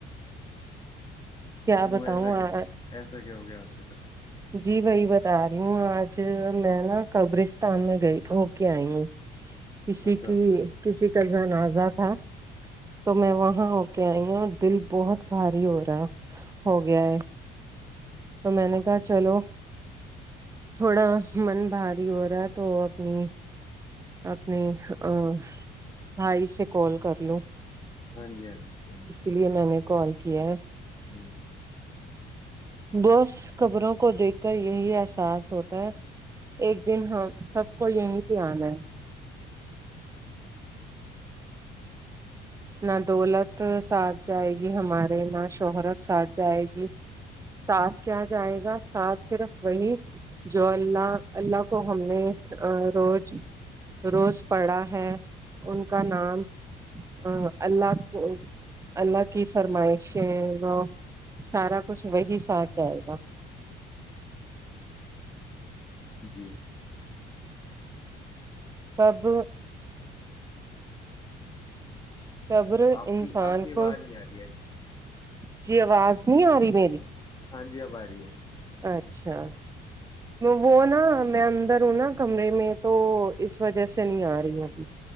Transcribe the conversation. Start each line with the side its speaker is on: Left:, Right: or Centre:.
Right: کیا
Left: کیوں
Right: بتاؤں
Left: ایسا کیا
Right: آ-
Left: ایسا کیا ہو گیا آپ کے ساتھ
Right: جی وہی بتا رہی ہوں آج میں نا قبرستان میں گئی ہو کے آئی ہوں کسی
Left: اچھا
Right: کی کسی کا جنازہ تھا تو میں وہاں ہو کے آئی ہوں دل بہت بھاری ہو رہا ہو گیا ہے تو میں نے کہا چلو تھوڑا من بھاری ہو رہا ہے تو اپنی اپنے آں بھائی سے کال کر لوں
Left: ہاں جی ہاں جی کیوں نہیں
Right: اس لیے میں نے کال کیا ہے
Left: ہوں
Right: بس قبروں کو دیکھ کر یہی احساس ہوتا ہے ایک دن ہم سب کو یہیں پہ آنا ہے نہ دولت ساتھ جائے گی ہمارے نہ شہرت ساتھ جائے گی ساتھ کیا جائے گا ساتھ صرف وہی جو اللہ اللہ کو ہم نے روز روز پڑا ہے ان کا نام آں اللہ کو اللہ کی فرمائشیں وہ سارا کچھ وہی ساتھ جائے گا
Left: جی
Right: قب قبر
Left: آپ
Right: انسان
Left: کی آپ کی آواز
Right: کو
Left: نہیں آ رہی ہے
Right: جی آواز نہیں آ رہی میری
Left: ہاں جی آب آ رہی ہے
Right: اچھا وہ نا میں اندر ہوں نا کمرے میں تو اس وجہ سے نہیں آ رہی ہوں گیی